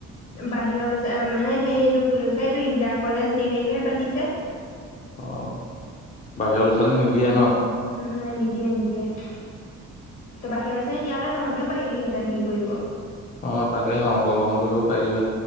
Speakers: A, on the left; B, on the left.
A: বাহিৰলৈ মানে সেইটোক লে এইটো ইণ্টাৰ কলেজ দি সেইৰিহে পাতিছে
B: অ বাহিৰৰা ল'ৰা ছোৱালী নিদিয়ে ন
A: উম নাই নিদিয়ে নিদিয়ে ত' বাহিৰৰওৰৰত দিয়া হ'লে তহঁতিও পাৰিলিহেঁতেন সেইৰি কৰিব
B: অ তাকেহে অংশগ্ৰহণ কৰিব পাৰিলোহে